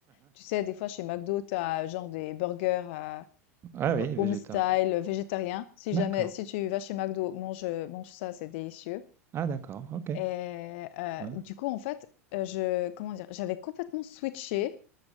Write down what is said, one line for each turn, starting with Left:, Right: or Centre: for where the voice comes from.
Left: Tu sais, des fois, chez McDo, t'as as genre des burgers à
Right: Ah oui,
Left: ho
Right: végétarien.
Left: home style, euh, végétarien. Si
Right: D'accord.
Left: jamais si tu vas chez McDo, mange, mange ça, c'est délicieux.
Right: Ah d'accord, OK.
Left: Et heu,
Right: Ouais.
Left: du coup, en fait, heu, je comment dire? J'avais complètement switché